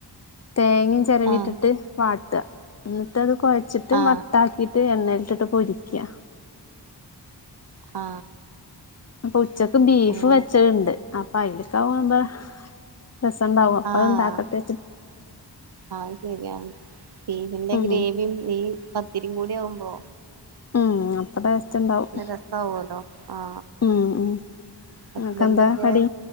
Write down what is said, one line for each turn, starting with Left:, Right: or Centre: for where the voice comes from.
Left: തേങ്ങയും ചിരവിട്ടിട്ട്
Right: ആ
Left: വാട്ടുക എന്നിട്ട്ത് കുഴച്ചിട്ട്
Right: ആ
Left: വട്ടാക്കിയിട്ട് എണ്ണ ട്ടിട്ട് പോരിക്കയാ
Right: ആ
Left: അപ്പോ ഉച്ചക്ക് ബീഫ്
Right: അങ്ങനെ
Left: വെച്ചണ്ട് അപ്പൊ അതിലക്കെ പോകുമ്പ രസണ്ടാവും
Right: ആഹ്
Left: അത് ഇണ്ടാക്കട്ടെ വച്ച്
Right: അത് ശരിയാണ് ബീഫിൻ്റെ
Left: ഉം
Right: ഗ്രേവിയും ഈ പത്തിരി കൂടി ആവുമ്പോ
Left: ഉം അപ്പൊ ടേസ്റ്റ് ഉണ്ടാവും
Right: നല്ല രസ ആവുവല്ലോ ആ
Left: ഉം ഉം
Right: ഹസ്ബൻ്റ
Left: നിങ്ങക്കെന്താ
Right: ഒക്കെ
Left: കടി